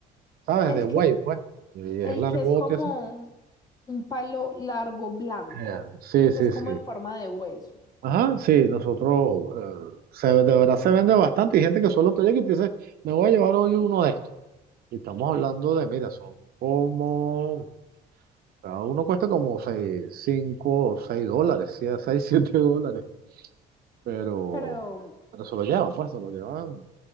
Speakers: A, on the right (about 65°); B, on the left (about 25°).
A: ¿sabes?
B: El
A: De buey,
B: que,
A: pues. Y es
B: el
A: largote
B: que es como
A: así.
B: un un palo largo blanco,
A: Eh, sí,
B: que
A: sí,
B: es como
A: sí.
B: en forma de hueso.
A: Ajá, sí, nosotros, eh, se, de verdad se vende bastante y gente que solo te llega y te dice, me voy a llevar hoy uno de estos. Y estamos hablando de, mira, son como, cada uno cuesta como seis, 5 o 6 dólares, sí, 6, 7 dólares. pero,
B: Pero
A: pero se lo llevan, pues, se lo llevan